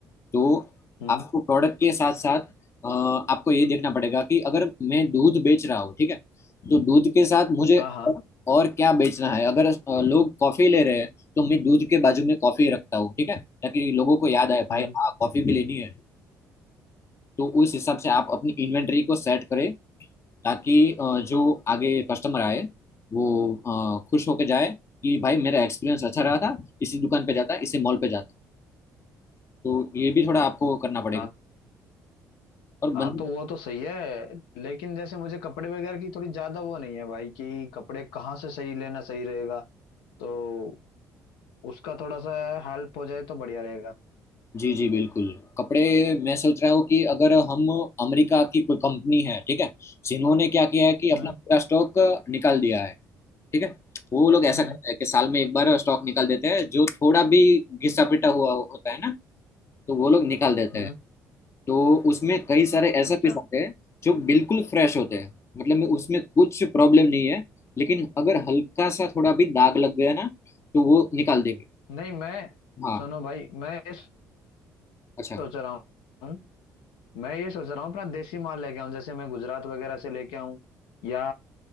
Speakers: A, on the left; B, on the left.
A: तो
B: हम्म
A: आपको प्रोडक्ट के साथ साथ अ, आपको ये देखना पड़ेगा कि अगर मैं दूध बेच रहा हूँ ठीक है तो दूध के साथ मुझे
B: हाँ हाँ
A: और क्या बेचना है अगर अ, लोग कॉफी ले रहे हैं तो मैं दूध के बाजू में कॉफी रखता हूँ ठीक है ताकि लोगों को याद आए भाई
B: हम्म
A: हाँ कॉफी भी लेनी है तो उस हिसाब से आप अपनी इन्वेंट्री को सेट करें ताकि अ, जो आगे कस्टमर आए वो अ, खुश होके जाए कि भाई मेरा एक्सपीरियंस अच्छा रहा था इसी दुकान पे जाता इसी मॉल पे जाता तो ये भी थोड़ा आपको करना पड़ेगा
B: हाँ
A: और बंद
B: हाँ तो वो तो सही है लेकिन जैसे मुझे कपड़े वगैरह की थोड़ी ज्यादा वो नहीं है भाई कि कपड़े कहाँ से सही लेना सही रहेगा तो उसका थोड़ा सा हेल्प हो जाए तो बढ़िया रहेगा
A: जी जी बिल्कुल कपड़े मैं सोच रहा हूँ कि अगर हम अमेरिका की कोई कंपनी है ठीक है जिन्होंने क्या किया है कि अपना
B: हम्म
A: पूरा स्टॉक निकाल दिया है ठीक है वो लोग ऐसा
B: हम्म
A: करते हैं कि साल में एक बार स्टॉक निकाल देते हैं जो थोड़ा भी घिसा पिटा हुआ होता है ना तो वो लोग निकाल देते
B: हम्म
A: हैं तो उसमें कई सारे ऐसे
B: अच्छा
A: पीस आते हैं जो बिल्कुल फ्रेश होते हैं मतलब में उसमें कुछ प्रॉब्लम नहीं है लेकिन अगर हल्का सा थोड़ा भी दाग लग गया ना तो वो निकाल देंगे
B: नहीं मैं
A: हाँ
B: सुनो भाई मैं ये
A: अच्छा
B: सोच रहा हूँ मैं ये सोच रहा हूँ अपना देसी माल लेके आऊँ जैसे मैं गुजरात वगैरह से लेके आऊँ या